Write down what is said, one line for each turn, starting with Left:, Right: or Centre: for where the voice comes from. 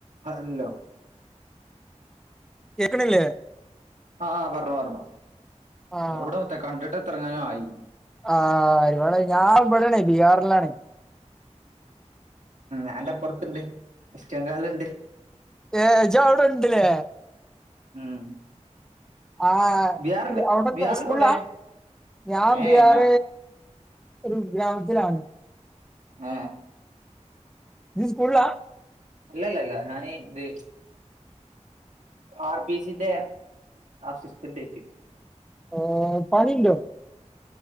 Right: ഹല്ലോ
Centre: കേൾക്കണില്ലേ
Right: അ ആഹ് പർഞ്ഞോ പർഞ്ഞോ
Centre: ആഹ്
Right: യൗടെ മുത്തെ കണ്ടിട്ട് എത്രങ്ങാനു ആയി.
Centre: ആഹ് ഇവടെ ഞാൻ ഇവിടാണ് ബീഹാറിലാണ്
Right: അ അൻ്റപ്പർത്ത്ണ്ട് എസ്റ്റങ്കാൾല്ണ്ട്.
Centre: ഏഹ് ജവ്ടെണ്ട് ലേ?
Right: ഉം
Centre: ആ
Right: ബീഹാറില്
Centre: അവിടെന്താ
Right: ബീഹാറിലെവിടെ
Centre: സ്കൂളാ ഞാൻ
Right: ഏഹ്
Centre: ബിയാർ
Right: ഞാ
Centre: ഒരു ഗ്രാമത്തിലാണ്
Right: ആഹ്
Centre: ജ് സ്കൂൾള്ളാ?
Right: അല്ലല്ലല്ല ഞാനി ത്. ആർ ബി സിന്റെ അസിസ്റ്റൻ്റെക്ക്.
Centre: ആഹ് പണി ണ്ടോ?